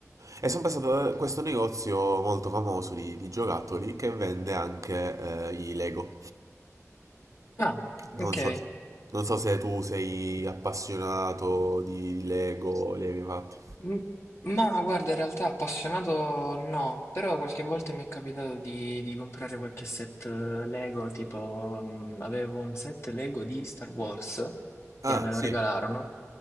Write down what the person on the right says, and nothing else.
E sono passato da questo negozio molto famoso di, di giocattoli che vende anche eh, i Lego.
Non so, non so se tu sei appassionato di, di Lego, li hai mai fatti.
Ah,
sì.